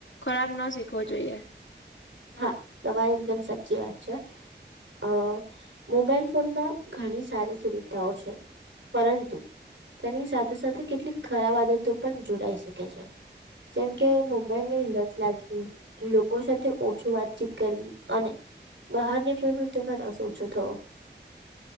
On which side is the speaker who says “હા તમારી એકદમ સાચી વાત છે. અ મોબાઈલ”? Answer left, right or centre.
Right